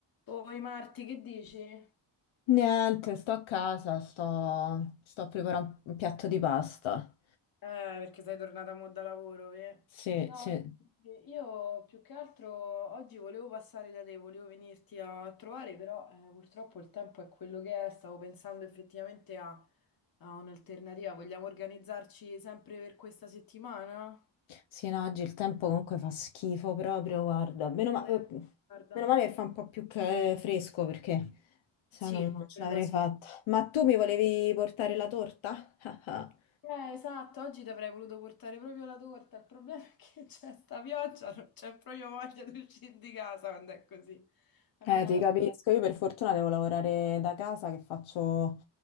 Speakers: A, on the left; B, on the left.
A: Oi Marti, che dici? Eh,
B: Niente, sto a casa, sto, sto a preparare un piatto di pasta.
A: Eh, perché sei tornata mo da lavoro, ve?
B: Sì,
A: No,
B: sì,
A: sì, io più che altro oggi volevo passare da te, volevo venirti a trovare, però eh, purtroppo il tempo è quello che è, stavo pensando effettivamente a, a un'alternativa. Vogliamo organizzarci sempre per questa settimana?
B: sì, no, oggi il tempo comunque fa schifo proprio, guarda. Meno,
A: Proveremo,
B: ma- eh,
A: Guarda,
B: meno male che fa un po' più che fresco perché se
A: Sì,
B: no non non ce
A: quello
B: l'avrei
A: sì.
B: fatta. Ma tu mi volevi portare la torta? <laughs>
A: Eh, esatto, oggi ti avrei voluto portare proprio la torta. Il problema è che c'è sta pioggia, non c'è proprio voglia di uscire di casa quando è così. Mannaggia.
B: Eh, ti capisco, io per fortuna devo lavorare da casa che faccio